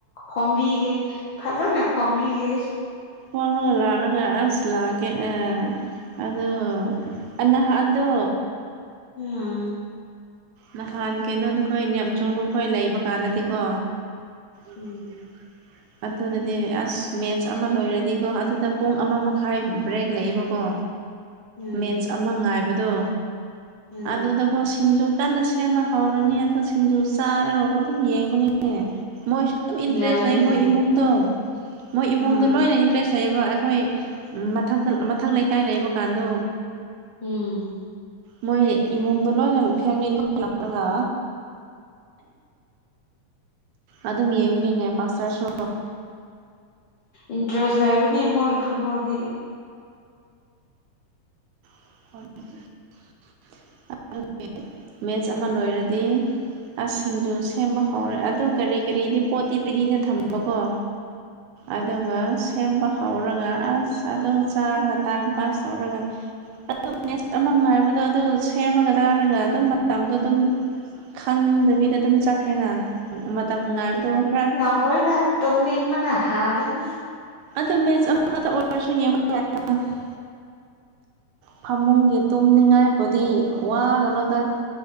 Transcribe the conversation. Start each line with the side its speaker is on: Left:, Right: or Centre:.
Left: ꯈꯣꯝꯕꯤꯒꯦ ꯐꯖꯅ ꯈꯣꯝꯕꯤꯒꯦ
Right: ꯐꯔꯒ ꯂꯥꯛꯔꯒ ꯑꯁ ꯂꯥꯛꯀꯦ ꯑ ꯑꯗꯣ ꯑ ꯅꯍꯥꯟꯗꯣ
Left: ꯎꯝ
Right: ꯅꯍꯥꯟ ꯀꯩꯅꯣꯗꯣ ꯑꯩꯈꯣꯏ ꯅꯦꯝ ꯆꯣꯡꯂꯣꯛꯈꯣꯏ ꯂꯩꯕ ꯀꯥꯟꯗꯗꯤꯀꯣ <inaudible>
Left: ꯎꯝ
Right: ꯑꯗꯨꯗꯗꯤ ꯑꯁ ꯃꯦꯠꯁ ꯑꯃ ꯂꯣꯏꯔꯗꯤꯀꯣ ꯑꯗꯨꯗ ꯄꯨꯡ ꯑꯃ ꯃꯈꯥꯏ ꯕ꯭ꯔꯦꯛ ꯂꯩꯌꯦꯕꯀꯣ
Left: ꯎꯝ
Right: ꯃꯦꯠꯆ ꯑꯃ ꯉꯥꯏꯕꯗꯣ
Left: ꯎꯝ
Right: ꯑꯗꯨꯗꯀꯣ ꯁꯤꯡꯖꯨ ꯀꯟꯅ ꯁꯦꯝꯕ ꯍꯧꯔꯅꯤ ꯑꯗꯣ ꯁꯤꯡꯖꯨ ꯆꯥꯔꯒ ꯑꯗꯨꯝ ꯌꯦꯡꯒꯅꯤ ꯃꯣꯏꯁꯨ ꯑꯗꯨꯝ ꯏꯟꯇꯔꯦꯁ
Left: ꯌꯥꯏꯅꯦ
Right: ꯂꯩ ꯃꯣꯏ ꯏꯃꯨꯡꯗꯣ ꯃꯣꯏ ꯏꯃꯨꯡꯗꯣ
Left: ꯎꯝ
Right: ꯂꯣꯏꯅ ꯏꯁꯇ꯭ꯔꯦꯁ ꯂꯩꯌꯦꯕ ꯑꯩꯈꯣꯏ ꯃꯊꯛꯇ ꯃꯊꯛ ꯂꯩꯀꯥꯏ ꯂꯩꯕ ꯀꯥꯟꯗꯣ
Left: ꯎꯝ
Right: ꯃꯣꯏ ꯏꯃꯨꯡꯗꯣ ꯂꯣꯏꯅ ꯐꯦꯃꯤꯂꯤ ꯂꯣꯏ ꯂꯥꯛꯂꯒ ꯑꯗꯨꯝ ꯌꯦꯡꯕꯅꯤꯅꯦ ꯄꯥꯁꯇꯔꯁꯨ
Left: ꯏꯟꯇꯔꯦꯁ ꯂꯩꯕꯅꯤ ꯃꯣꯏ ꯐꯨꯠꯕꯣꯜꯗꯤ
Right: <unintelligible> <unintelligible> ꯃꯦꯠꯆ ꯑꯃ ꯂꯣꯏꯔꯗꯤ ꯑꯁ ꯁꯤꯡꯖꯨ ꯁꯦꯝꯕ ꯍꯧꯔꯦ ꯑꯗꯨ ꯀꯔꯤ ꯀꯔꯤꯗꯤ ꯄꯣꯠꯇꯤ ꯔꯦꯗꯤꯗ ꯊꯝꯕꯀꯣ ꯑꯗꯨꯒ ꯁꯦꯝꯕ ꯍꯧꯔꯒ ꯑꯁ ꯑꯗꯨ ꯆꯥꯔꯒ ꯇꯥꯏꯝ ꯄꯥꯁ ꯔꯒ ꯑꯗꯨ ꯃꯦꯠꯆ ꯑꯃ ꯉꯥꯏꯕꯗꯣ ꯑꯗꯨ ꯁꯦꯝꯃꯒ ꯆꯥꯔꯒ ꯑꯗꯨꯝ ꯃꯇꯝꯗꯣ ꯑꯗꯨꯝ ꯈꯪꯗꯕꯤꯗ ꯑꯗꯨꯝ ꯆꯠꯈ꯭ꯔꯦꯅ ꯎꯝ ꯃꯇꯝ ꯉꯥꯏꯕꯗꯣ <unintelligible>
Left: ꯃꯣꯏꯅ ꯇꯨꯝꯅꯤꯡꯕꯅ ꯍꯥꯜꯂꯅꯤ
Right: ꯑꯗꯣ ꯃꯦꯁ ꯑꯃꯈꯛꯇ ꯑꯣꯏꯔꯁꯨ ꯌꯦꯡꯕ <unintelligible> ꯐꯃꯨꯡꯒꯤ ꯇꯨꯝꯅꯤꯡꯉꯥꯏꯕꯨꯗꯤ ꯋꯥꯒꯅꯨꯗ